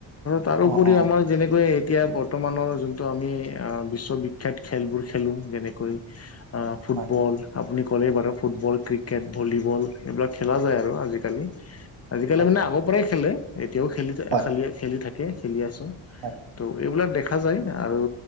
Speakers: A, on the left; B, on the right.
A: তাৰ উপৰি
B: অ অ
A: আমাৰ যেনেকৈ এতিয়া ব বৰ্তমানৰ যোনটো আমি বিশ্ববিখ্যাত খেলবোৰ খেলোঁ যেনেকৈ অ', ফুটবল।
B: হয়
A: আপুনি ক'লেই বাৰু ফুটবল, ক্ৰিকেট, ভলীবল, এইবিলাক খেলা যায় আৰু আজিকালি। আজিকালি
B: হয়
A: মানে আগৰ পৰাই খেলে। এতিয়াও খেলি
B: হয়
A: খি খেলি থাকে, খেলি আছোঁ।
B: হয়
A: তো এইবিলাক দেখা দেখা যায় আৰু